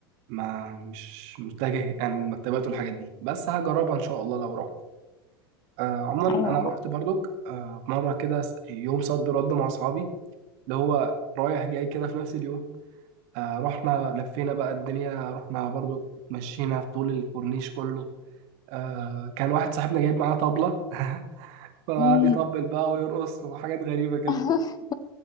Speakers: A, on the right; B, on the left.
A: ما مش متجه يعني المكتبات والحاجات دي بس هجربها ان شاء الله لو رحت آه، عموما
B: ايوه
A: انا رحت برضك آه، مره كده س- يوم صد رد مع اصحابي اللي هو رايح جاي كده في نفس اليوم آه، رحنا لفينا بقى الدنيا رحنا برضك مشينا في طول الكورنيش كله آه، كان واحد صاحبنا جايب معاه طبلة <laughs> فقعد
B: مم.
A: يطبل بقى ويرقص وحاجات غريبة كده
B: <laughs>